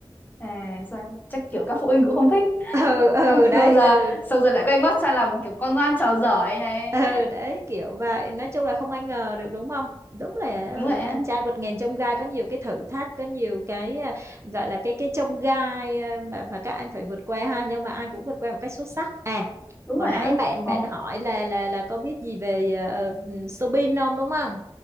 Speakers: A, on the left; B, on the right.
A: à, sao em- chắc kiểu các phụ huynh cũng không thích
B: <laughs> ừ ừ
A: xong
B: đấy
A: xong giờ
B: ừ
A: xong giờ lại quay ngoắt sang làm kiểu con ngoan trò giỏi ấy này
B: ừ đấy kiểu vậy nói chung là không ai ngờ được đúng không đúng là ừ,
A: đúng vậy
B: anh
A: á
B: trai vượt ngàn chông gai có nhiều cái thử thách có nhiều cái à, gọi là cái cái chông gai à, mà mà các anh phải vượt qua ha nhưng mà ai cũng vượt qua một cách xuất sắc à
A: đúng
B: hồi
A: vậy
B: nãy
A: á
B: bạn
A: ờ,
B: bạn hỏi là là là có biết gì về uh, Soobin không đúng không